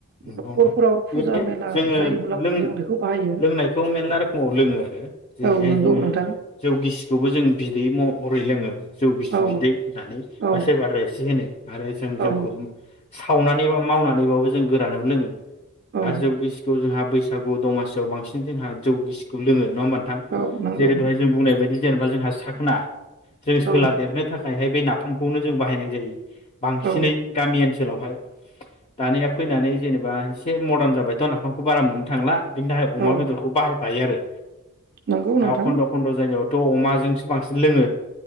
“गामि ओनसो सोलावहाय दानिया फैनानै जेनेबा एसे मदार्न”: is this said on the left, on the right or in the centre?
Left